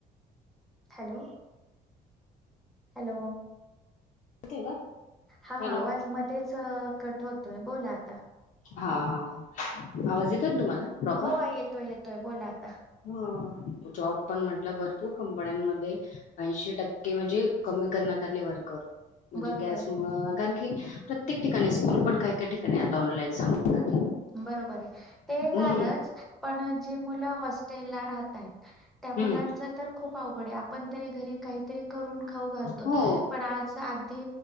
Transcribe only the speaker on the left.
येतंय का
हॅलो
हा हा आवाज येतोय ना तुम्हाला प्रॉपर
हो. जॉब पण म्हटलं भरपूर कंपन्यांमध्ये ऐंशी टक्के म्हणजे कमी करण्यात आले वर्कर. म्हणजे
गॅस
मुळं कारण की प्रत्येक ठिकाणी स्कूल पण काही-काही ठिका आणि आता ऑनलाईन सांगतात
हम्म
हम्म
हो